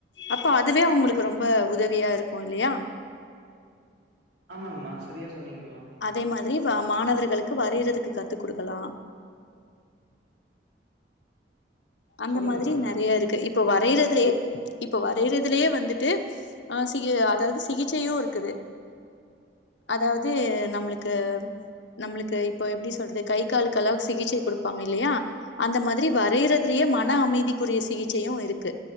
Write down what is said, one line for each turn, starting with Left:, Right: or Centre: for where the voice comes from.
Left: அப்போ அதுவே அவங்களுக்கு ரொம்ப உதவியா இருக்கு இல்லையா?
Right: ஆமாங்ம்மா சரியா சொன்னீங்மா
Left: அதே மாதிரி வ மாணவர்களுக்கு வரையறதுக்கு கத்து குடுக்கலா அந்த
Right: சொல்லுங்கம்மா
Left: மாதிரி நறையா இருக்கு இப்ப வரைறதுலே இப்ப வரையறதுலையே வந்துட்டு ஆ சிக அதாது சிகிச்சையு இருக்குது அதாவுது நம்ளுக்கு நம்ளுக்கு இப்போ எப்டி சொல்றது கை காலுக்கு அளவுக்கு சிகிச்சை குடுப்பாங்க இல்லையா அந்த மாதிரி வரையறது துலயே மன அமைதிக்குரிய சிகிச்சையு இருக்கு